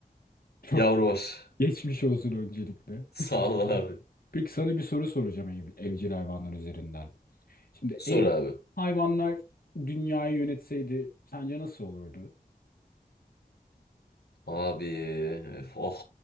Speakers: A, on the left; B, on the left.
A: Çok
B: yavru var.
A: geçmiş olsun öncelikle.
B: <laughs> Sağ ol abi.
A: Peki sana bir soru soracağım ev- evcil hayvanlar üzerinden. Şimdi
B: Sor
A: ev
B: abi.
A: hayvanlar dünyayı yönetseydi sence nasıl olurdu?
B: Abi öf, oh